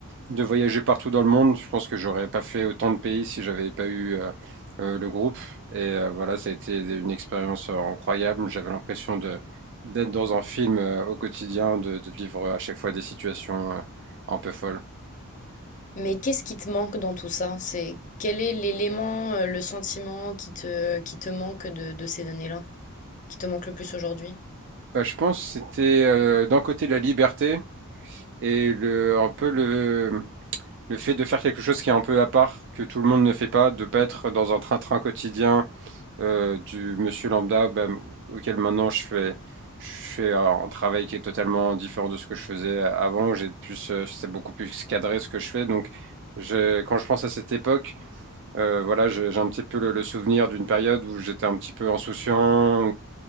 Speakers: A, on the right; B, on the left.
A: de voyager partout dans le monde. Je pense que j'aurais pas fait autant de pays si j'avais pas eu euh, euh, le groupe. Et euh, voilà, ça a été une expérience euh, incroyable. J'avais l'impression de d'être dans un film euh, au quotidien, de, de vivre à chaque fois des situations euh, un peu folles.
B: Mais qu'est-ce qui te manque dans tout ça? C'est quel est l'élément, euh, le sentiment qui te, qui te manque de de ces années-là? qui te manque le plus aujourd'hui?
A: Bah, je pense que c'était euh, d'un côté la liberté et le, un peu le, le fait de faire quelque chose qui est un peu à part, que tout le monde ne fait pas, de pas être dans un train-train quotidien euh, du monsieur lambda bah, auquel maintenant je fais, je fais un travail qui est totalement différent de ce que je faisais avant. J'ai plus, euh, c'est beaucoup plus cadré ce que je fais. Donc je- quand je pense à cette époque, euh, voilà, j'ai j'ai un petit peu le, le souvenir d'une période où j'étais un petit peu insouciant,